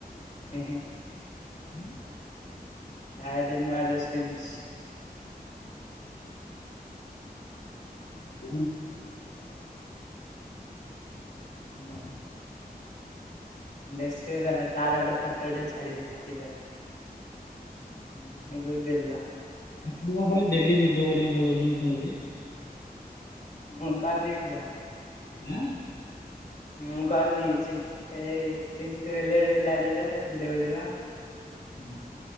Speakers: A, on the left; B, on the left.
A: ହେଁ-ହେଁ
B: ହଁ
A: ଆଉ ଗୋଟେ ନୂଆ ଡ୍ରେସ ପିନ୍ଛି
B: <unintelligible> <inaudible> ନାଁଉ
A: ଦେସଖିବ ତାର ଗୋଟେ ଫଟୋଟେ ଛାଡିବି ହାପିବାଡେ
B: <unintelligible>
A: ଏଇ ଦୁଇଟି ଦେଇଥିଲା
B: ଆପଣ କଣ ଖାଲି ଡେଲି ଭିଡିଓ କରିବାକୁ ପଳଉଚନ୍ତି ମୁଁ ଶୁଣିଚି?
A: <unintelligible>
B: ଆଁ?
A: ମୁଁ କରିନି ଚି ହେଇ ଚିଣ୍ଟୁ ବୋଲି ଗୋଟେ ପିଲାଟେ ଯେ <unintelligible>
B: ହୁଁ।